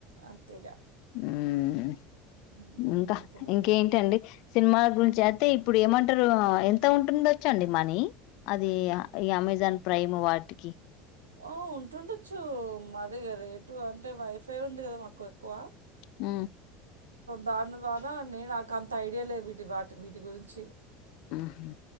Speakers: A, on the right (about 85°); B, on the left (about 60°).
A: అంతేగా
B: మ్మ్ హ్మ్
A: మ్మ్
B: ఇంకా
A: అదేలేండి
B: ఇంకేంటండి సినిమాల గురించి అయితే ఇప్పుడు ఏమంటారు ఎంత ఉంటుంది వచ్చండి మనీ అది ఈ అమెజాన్ ప్రైమ్ వాటికి
A: ఆ ఉంటుండొచ్చు మదేగాద రేటు అంటే వైఫై ఉంది కదా మాకు ఎక్కువ
B: ఉ
A: దాని ద్వారా నేను నాకు అంత ఐడియా లేదు వీటి వాటి వీటి గురించి
B: ఉహు